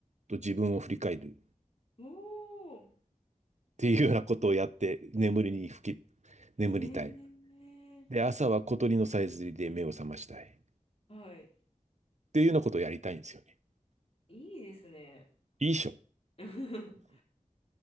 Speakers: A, on the right; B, on the left.
A: と自分を振り返るっ
B: おー。
A: ていうようなことをやって、眠りに吹き、眠りたい。
B: へえ。
A: で、朝は小鳥のさえずりで目を覚ましたい。っ
B: はい。
A: ていうようなことをやりたいんですよね。
B: いいですね。
A: いいっしょ。
B: <laughs>